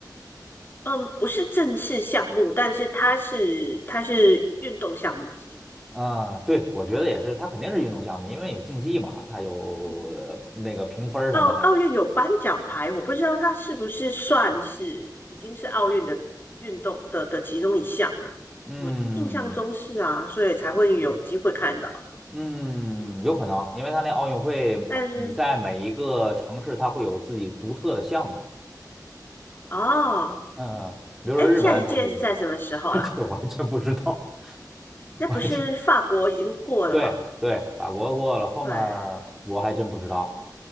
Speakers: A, on the left; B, in the centre.
A: 嗯，不是正式项目，但是它是它是运动项目之一。
B: 嗯，对，我觉得也是，
A: 对，
B: 它肯定是运动项目，因为有竞技嘛，它有呃那个评分儿什么的。
A: 嗯。奥奥运有颁奖牌，我不知道它是不是算是已经是奥运的运动的的其中一项了。
B: 嗯，
A: 我印象中是啊，所以才会有机会看到。
B: 嗯，
A: 嗯，
B: 有可能，因为他那奥运会，
A: 但是
B: 你在每一个城市，它会有自己独特的项目。
A: 哦，
B: 嗯嗯，比如说日本，
A: 哎，下一届是在什么时候啦？
B: 它就有，<laughs> 这我还真不知道，
A: 那不是法国已经过了吧？
B: 我还真对对，法国过了，后面儿我还真不知道，
A: 对，